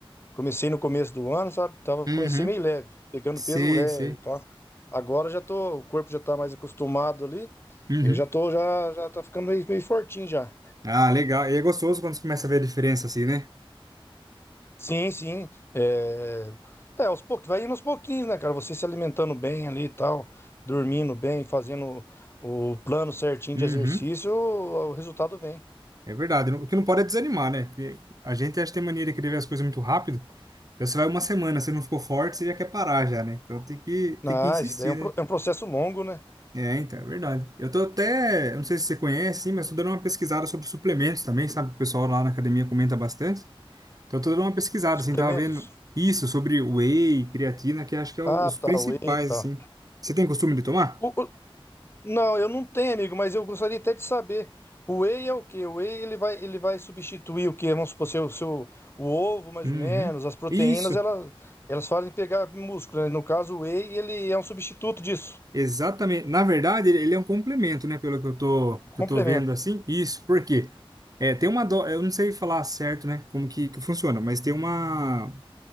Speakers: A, on the left; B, on the right.
A: comecei no começo do ano, sabe? Tava,
B: Uhum.
A: comecei meio leve, pegando
B: Sei,
A: peso leve
B: sei.
A: e tal. Agora já tô, o corpo já tá mais acostumado ali,
B: Uhum.
A: eu já tô, já, já tá ficando meio, meio fortinho já.
B: Ah, legal. E é gostoso quando você começa a ver a diferença, assim, né?
A: Sim, sim. É, é aos poucos, vai indo aos pouquinhos, né, cara? Você se alimentando bem ali e tal, dormindo bem, fazendo o plano certinho
B: Uhum.
A: de exercício, o, o resultado vem.
B: É verdade. O que não pode é desanimar, né? Porque a gente acha que tem mania de querer ver as coisas muito rápido. Então você vai uma semana, você não ficou forte, você já quer parar já, né? Então tem que, tem
A: Ah,
B: que insistir,
A: isso daí é um,
B: né?
A: pro- é um processo longo, né?
B: É, então, é verdade. Eu tô até, eu não sei se você conhece, sim, mas tô dando uma pesquisada sobre suplementos também, sabe? O pessoal lá na academia comenta bastante. Então eu tô dando uma pesquisada,
A: Suplementos?
B: assim, tava vendo isso sobre whey, creatina, que acho que é o-
A: Ah,
B: os principais,
A: tá, whey e tal.
B: assim. Você tem costume de tomar?
A: O- o- não, eu não tenho, amigo, mas eu gostaria até de saber. O whey é o quê? O whey ele vai, ele vai substituir o quê? Vamos supor, seu, seu, o ovo, mais
B: Uhum.
A: ou menos, as proteínas,
B: Isso.
A: elas, elas fazem pegar músculo, né? No caso, o whey, ele é um substituto disso.
B: Exatamente. Na verdade, ele ele é um complemento, né? Pelo que eu tô,
A: O complemento.
B: que eu tô vendo assim. Isso, por quê? É, tem uma do... Eu não sei falar certo, né? Como que, que funciona, mas tem uma.